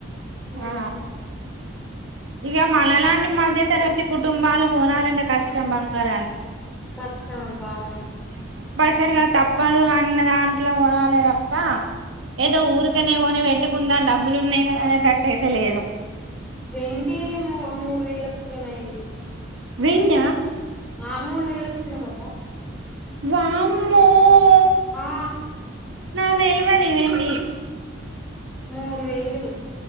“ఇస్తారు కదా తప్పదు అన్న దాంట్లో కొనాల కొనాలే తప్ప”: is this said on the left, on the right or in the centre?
Right